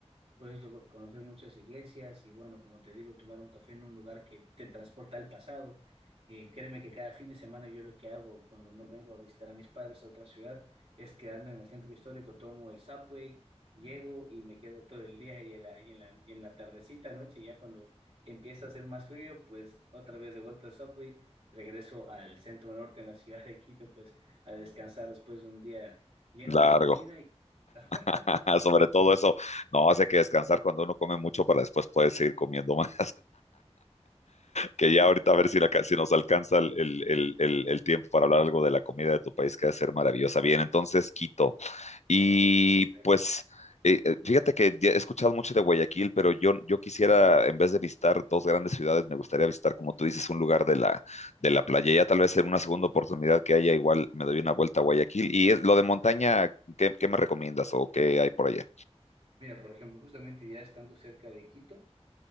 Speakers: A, on the right (about 60°); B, on the left (about 80°).
A: puedes lo- conocer muchas iglesias y bueno, como te digo, tomar un café en un lugar que te transporta al pasado. Eh, créeme que cada fin de semana yo lo que hago cuando no vengo a visitar a mis padres a otra ciudad es quedarme en el centro histórico, tomo el subway, llego y me quedo todo el día y en la, y en la, y en la tardecita, noche, ya cuando empieza a hacer más frío, pues otra vez de vuelta al subway, regreso al centro norte en la ciudad de Quito, pues a descansar después de un día lleno
B: Largo,
A: de comida. <laughs>
B: <laughs> sobre todo eso. No, hace que descansar cuando uno come mucho para después poder seguir comiendo <laughs> más. que ya ahorita a
A: Exactamente,
B: ver si, la, si nos alcanza el, el, el, el, tiempo para hablar algo de la comida de tu país, que debe ser maravillosa. Bien, entonces Quito. Y
A: perfecto.
B: pues eh, eh, fíjate que ya he escuchado mucho de Guayaquil, pero yo, yo quisiera, en vez de visitar dos grandes ciudades, me gustaría visitar, como tú dices, un lugar de la, de la playa. Ya tal vez en una segunda oportunidad que haya, igual me doy una vuelta a Guayaquil. Y es, lo de montaña, ¿qué, qué me recomiendas o qué hay por allá?
A: Mira, por ejemplo, justamente ya estando cerca de Quito,